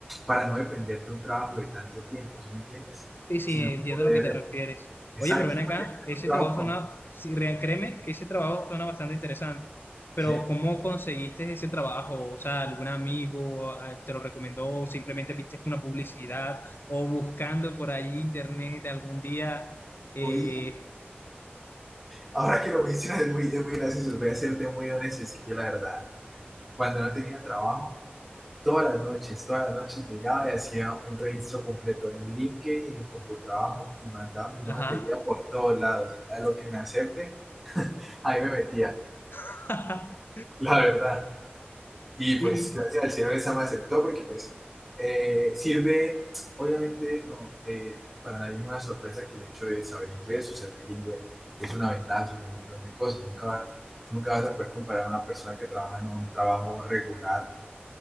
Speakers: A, in the centre; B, on the left.
A: para no depender de un trabajo de tanto tiempo, ¿sí me entiendes?
B: Sí, sí,
A: Sino
B: entiendo
A: poder,
B: a lo que te refieres.
A: exacto,
B: Oye, pero ven acá,
A: como tener
B: ese
A: un trabajo
B: trabajo
A: con,
B: suena, sí, re- créeme, ese trabajo suena bastante interesante. Pero
A: ¿sí?
B: ¿cómo conseguiste ese trabajo? O sea, ¿algún amigo ah, te lo recomendó o simplemente viste una publicidad o buscando por ahí internet algún día? eh,
A: Voy, ahora que lo mencionas es muy, es muy gracioso, voy a serte muy honesto, es que yo la verdad, cuando no tenía trabajo, todas las noches, todas las noches llegaba y hacía un registro completo en LinkedIn, en el Computrabajo y mandaba mi
B: ajá.
A: hojas de vida por todos lados. A lo que me acepten, ahí me metía,
B: <laughs>
A: la verdad. Y
B: Sí,
A: pues gracias al cielo esa me aceptó porque pues eh, sirve, obviamente no, eh, para nadie es una sorpresa que el hecho de saber inglés o ser bilingüe es una ventaja sobre un montón de cosas. Nunca, va, nunca vas a poder comparar a una persona que trabaja en un trabajo regular